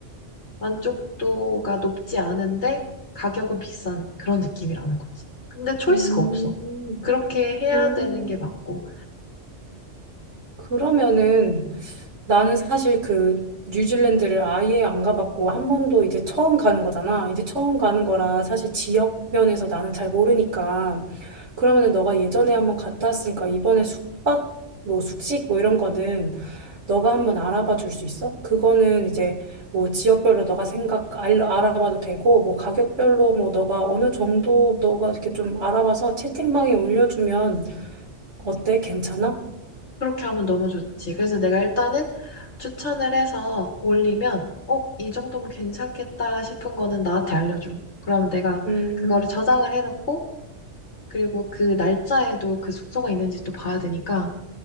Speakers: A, on the left; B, on the right.
A: 만족도가 높지 않은데 가격은 비싼 그런 느낌이라는 거지. 근데 초이스가
B: 음,
A: 없어. 그렇게 해야
B: 그런.
A: 되는 게 맞고,
B: 그러면은 나는 사실 그 뉴질랜드를 아예 안 가봤고 한 번도 이제 처음 가는 거잖아. 이제 처음 가는 거라 사실 지역 면에서 나는 잘 모르니까 그러면은 너가 예전에 한번 갔다 왔으니까 이번에 숙박 뭐 숙식 뭐 이런 거는 너가 한번 알아봐 줄 수 있어? 그거는 이제 뭐 지역별로 너가 생각 알, 알아봐도 되고 뭐 가격별로 뭐 너가 어느 정도 너가 이렇게 좀 알아봐서 채팅방에 올려주면 어때? 괜찮아?
A: 그렇게 하면 너무 좋지. 그래서 내가 일단은 추천을 해서 올리면, 어, 이 정도면 괜찮겠다 싶은 거는 나한테 알려줘. 그럼 내가
B: 음.
A: 그거를 저장을 해놓고, 그리고 그 날짜에도 그 숙소가 있는지 또 봐야 되니까,